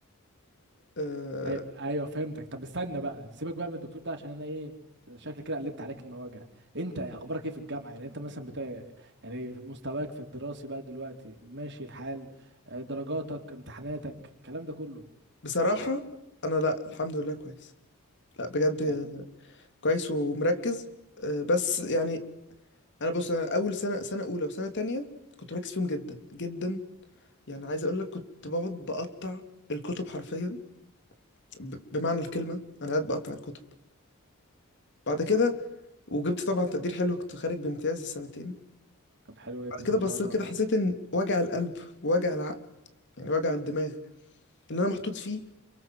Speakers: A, on the left (about 55°); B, on the right (about 55°).
A: أه
B: أي... ايوه فهمتك طب استنى بقى سيبك بقى من الدكتور ده عشان انا ايه شكلي كده قلبت عليك المواجع انت اخبارك ايه في الجامعة يعني انت مثلا بتا... يعني مستواك في الدراسي بقى دلوقتي ماشي الحال آه، درجاتك امتحاناتك الكلام ده كله
A: بصراحه انا لا الحمد لله كويس لا بجد آه،
B: آه،
A: كويس ومركز أه بس يعني انا بص أنا اول سنه سنه اولى وسنه تانية كنت مركز فيهم جدا جدا يعني عايز اقول لك كنت بقعد بقطع الكتب حرفيا ب- بمعنى الكلمه انا قاعد بقطع الكتب بعد كده وجبت طبعا تقدير حلو كنت خارج بامتياز السنتين
B: طب حلو جدا
A: بعد
B: ما
A: كده بصيت
B: شاء الله
A: كده حسيت ان وجع القلب وجع العقل يعني وجع الدماغ اللي انا محطوط فيه